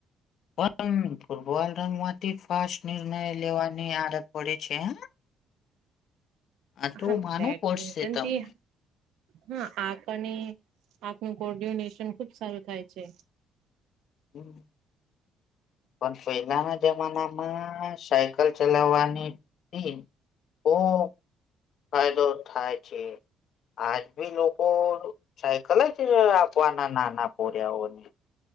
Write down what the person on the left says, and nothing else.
પણ વર્ણન માંથી જ ફાસ્ટ નિર્ણય લેવાની આદત પડે છે હ આટલુ
માનું
પડશે તમને
હમ પણ પહેલાના જમાનામાં સાયકલ ચલાવવાની થી ખુબ ફાયદો થાય છે આજ ભી લોકો સાયકલ જ આપવાના નાના પોર્યાઓને